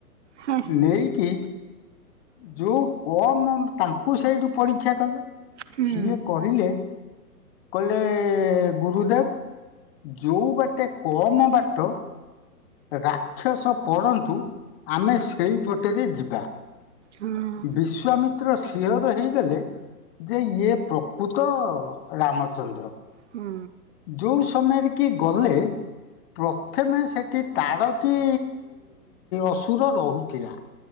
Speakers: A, on the right; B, on the left.
A: ହୁଁ।
B: ନେଇକି ଯୋଉ କମ୍ ତାଙ୍କୁ ସେଇଠୁ ପରୀକ୍ଷା କଲେ
A: ହୁଁ।
B: ସିଏ କ କହିଲେ କହିଲେ ଗୁରୁଦେବ ଯୋଉ ବାଟେ କମ ବାଟ ରାକ୍ଷସ ପଡ଼ନ୍ତୁ ଆମେ ସେଇପଟରେ ଯିବା।
A: ହଁ।
B: ବିଶ୍ଵାମିତ୍ର ସିଓର ହେଇଗଲେ ଯେ ଇଏ ପ୍ରକୃତ ରାମଚନ୍ଦ୍ର।
A: ହୁଁ।
B: ଯୋଉ ସମୟରେ କି ଗଲେ ପ୍ରଥମେ ସେଠି ତାଡ଼କିି ଅସୁର ରହୁଥିଲା।